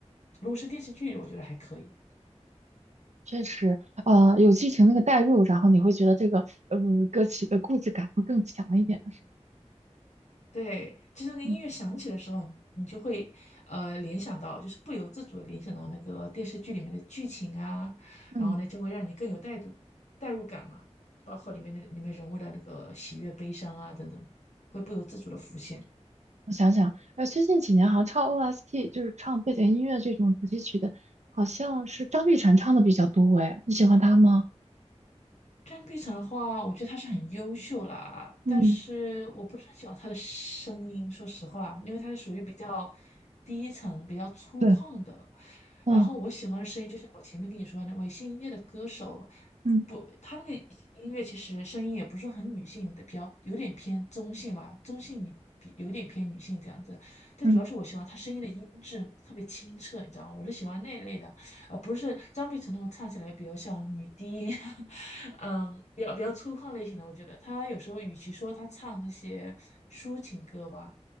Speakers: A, on the left (about 80°); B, on the right (about 75°).
A: 如果是电视剧，我觉得还可以。
B: 确实，呃，有剧情那个代入，然后你会觉得这个呃歌曲的故事感会更强一点，是吧？
A: 对，就是那个音乐响起的时候，
B: 嗯
A: 你就会呃联想到，就是不由自主的联想到那个电视剧里面的剧情啊，
B: 嗯，
A: 然后呢就会让你更有代入代入感嘛，包括里面的里面人物的那个喜悦、悲伤啊等等，会不由自主的浮现。
B: 我想想，呃，最近几年好像唱 OST 就是唱背景音乐这种主题曲的，好像是张碧晨唱的比较多，哎，你喜欢他吗？
A: 张碧晨的话，我觉得她是很优秀啦，
B: 嗯，
A: 但是我不是很喜欢她的声音，说实话，因为她是属于比较低沉、比较粗犷的。
B: 对，嗯
A: 然后我喜欢的声音，就像我前面跟你说的那位姓叶的歌手，
B: 嗯
A: 不，他那个音乐其实声音也不是很女性的，比较有点偏中性嘛，中性你比有点偏女性这样子。但主要是我喜欢他声音的音质特别清澈，
B: 嗯，
A: 你知道吗？我是喜欢那一类的。啊，不是张碧晨的，唱起来比较像女低音，<laughs> 嗯，比较比较粗犷类型的。我觉得她有时候与其说她唱那些抒情歌吧，